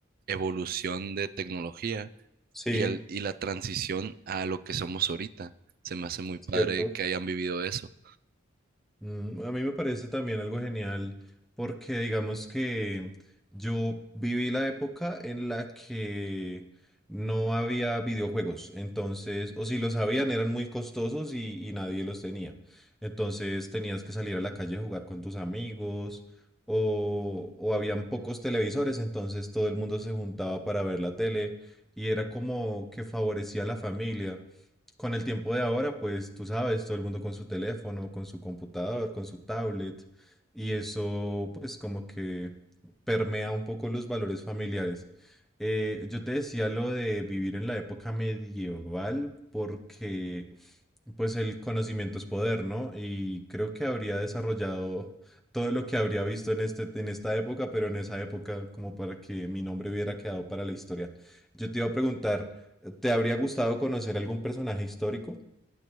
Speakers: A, on the right; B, in the centre.
A: evolución de tecnología
B: Sí,
A: y, el- y la transición a lo que somos ahorita. Se me hace muy
B: es
A: padre
B: cierto.
A: que hayan vivido eso.
B: Mm, A mí me parece también algo genial porque digamos que yo viví la época en la que no había videojuegos, entonces, o si los habían eran muy costosos y, y nadie los tenía. Entonces tenías que salir a la calle a jugar con tus amigos o, o habían pocos televisores, entonces todo el mundo se juntaba para ver la tele y era como que favorecía a la familia. Con el tiempo de ahora, pues tú sabes, todo el mundo con su teléfono, con su computador, con su tablet, y eso pues como que permea un poco los valores familiares. Eh, yo te decía lo de vivir en la época medieval porque pues el conocimiento es poder, ¿no? Y creo que habría desarrollado todo lo que habría visto en este, en esta época, pero en esa época como para que mi nombre hubiera quedado para la historia. Yo te iba a preguntar, ¿Te habría gustado conocer algún personaje histórico?